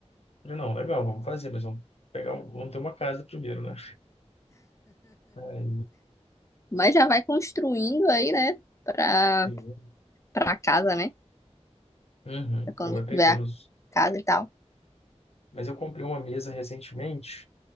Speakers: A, on the left; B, on the left.
A: falei, não, legal, vamos fazer, mas vamos pegar, um- vamos ter uma casa primeiro, né? Aí,
B: Mas já vai construindo aí, né? Pra,
A: sim.
B: pra casa, né?
A: Uhum,
B: Pra quando
A: eu vai
B: tiver
A: pegando
B: a
A: os.
B: casa e tal.
A: Mas eu comprei uma mesa recentemente